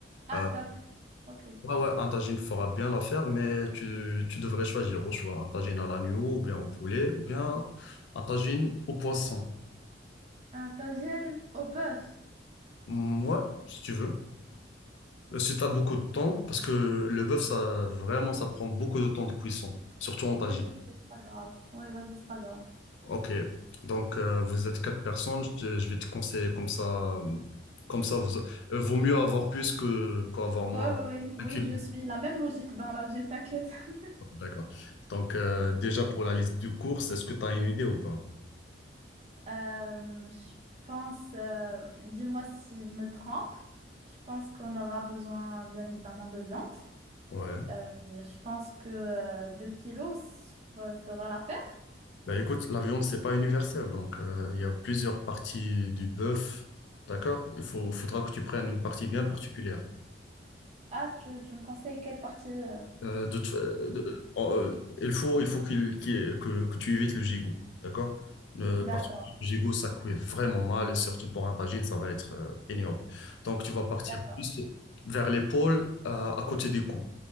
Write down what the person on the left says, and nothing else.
Euh,
ouais, ouais, un tagine fera bien l'affaire, mais tu, tu devrais choisir au choix un tagine à l'agneau, ou bien au poulet, ou bien un tagine au poisson.
Mm, Ouais, si tu veux. Euh, Si tu as beaucoup de temps, parce que le bœuf, ça, vraiment, ça prend beaucoup de temps de cuisson, surtout en tagine.
Ok, donc euh, vous êtes quatre personnes, je, te- je vais te conseiller comme ça, euh, comme ça, vous, euh, vaut mieux avoir plus que qu'avoir moins.
Ok,
D'accord. Donc, euh, déjà pour la liste de courses, est-ce que tu as une idée ou pas?
Ouais.
Bah écoute, la viande, c'est pas universel. Donc, euh, il y a plusieurs parties du bœuf. D'accord? Il faut, faudra que tu prennes une partie bien particulière.
Euh, de toute fa- de- en- euh, il faut, il faut qu'il, qu'il- que, que tu évites le gigot. D'accord? Euh,
parce que le gigot, ça cuit vraiment mal. Et surtout pour un tagine, ça va être euh, ignoble. Donc, tu vas partir
plus vers l'épaule, euh, à côté des coups.